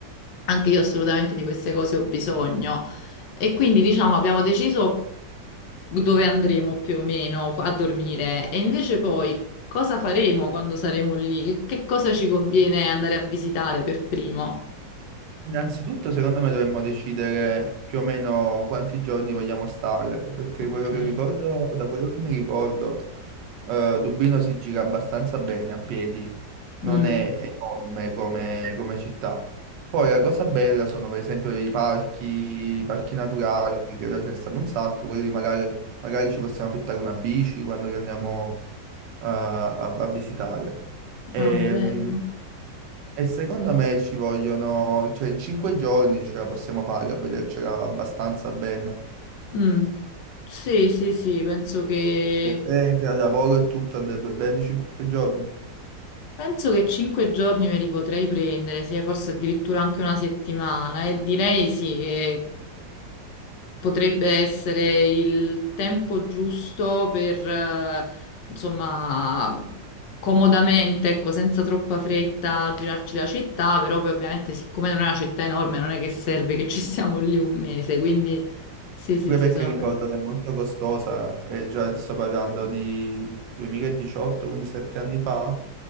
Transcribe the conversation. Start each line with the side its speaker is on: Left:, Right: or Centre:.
Left: anche io assolutamente di queste cose ho bisogno. E quindi, diciamo, abbiamo deciso dove andremo più o meno a dormire. E invece poi cosa faremo quando saremo lì? Che, che cosa ci conviene andare a visitare per primo?
Right: Innanzitutto, secondo me, dovremmo decidere più o meno quanti giorni vogliamo stare, perché
Left: Ok.
Right: quello che ricordo, da quello che mi ricordo, eh, Dublino si gira abbastanza bene a piedi, non
Left: Mm.
Right: è enorme come, come città. Poi la cosa bella sono per esempio i parchi, i parchi naturali, che là ce ne stanno un sacco, quelli magari, magari ci possiamo affittare una bici quando li andiamo eh, a, a visitare. Ehm,
Left: Ah, bello.
Right: E, secondo me ci vogliono, cioè in cinque giorni ce la possiamo fare a vedercela abbastanza bene.
Left: Mm. Sì, sì, sì, penso che
Right: Per te, tra lavoro e tutto andrebbe bene cinque giorni?
Left: Penso che cinque giorni me li potrei prendere, sì, forse addirittura anche una settimana, e direi sì che potrebbe essere il tempo giusto per, eh, insomma, comodamente, ecco, senza troppa fretta, girarci la città, però poi ovviamente siccome non è una città enorme, non è che serve che ci <laughs> siamo lì un mese, quindi sì, sì,
Right: Pure
Left: sì,
Right: perché
Left: sono
Right: Sì. ricordo che è molto costosa, e già ti sto parlando di 2018, quindi sette anni fa,